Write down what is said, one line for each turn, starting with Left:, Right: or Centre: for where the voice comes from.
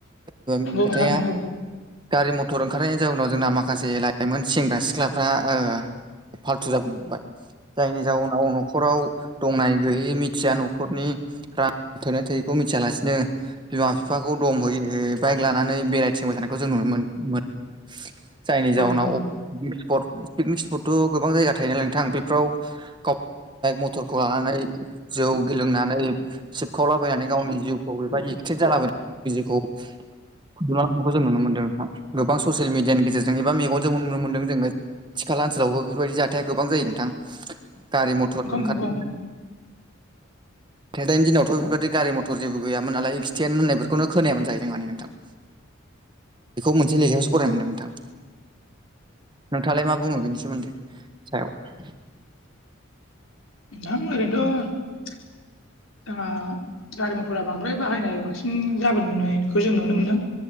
Right: <inaudible> खोथाया
Left: नोंथां नोंगौ नोंथां नोंगौ नोंगौ नोंथां नोंगौ
Right: गारि मथर ओंखारनायनि जाउनाव जोंना माखासे लाइमोन सेंग्रा सिख्लाफ्रा ओ फाल्थु जाबोनो हमबाय। जायनि जाउनाव न'खराव दंनाय गैयै मिथिया न'खरनि रां थोनाय थोयैखौ मिथियालासिनो बिमा बिफाखौ दम होयै होयै बाइक ला नानै बेरायथिंबाय थानायखौ जों नुनो मोन मोन जायनि
Left: नोंगौ
Right: जाउनाव
Left: नोंथां नोंगौ
Right: पिकनिक स्पट पिकनिक स्पटथ' गोबां जायगा थायो नालाय नोंथां बेफ्राव गाव बाइक मथरखौ लानानै जौ गेलोंनानै सिबखावलाबायनानै गावनि जिउखौ एबा
Left: औ
Right: एक्सिडेन्ट जालाबायो जिउखौ बिमा बिफाखौ जों नुनो मोनदों नोंथां। गोबां ससियेल मिडियानि गेजेरजोंबो एबा मेगनजोंबो नुनो मोनदों जोंङो खाथि खाला ओनसोलावबो बेफोरबायदि जाथाया गोबां जायो नोंथां गारि मथर
Left: नोंथां
Right: ओंखार
Left: नोंगौ
Right: गोदो गोदायनि दिनावथ' बेबायदि गारि मथर जेबो गैमोन नालाय एक्सिडेन्ट होननायफोरखौनो खोनायामोन जाहैदों मानि नोंथां। बेखौ मोनसे लेखायावसो फरायनो मोनदों नोंथां। नोंथांङालाय मा बुंङो बेनि सोमोन्दै सायाव।
Left: आं ओरैनोथ' जोंहा गारि मथरा बांद्राय बाहायनाय बांसिन जाबोनायखौ जों नुनो मोन्दों।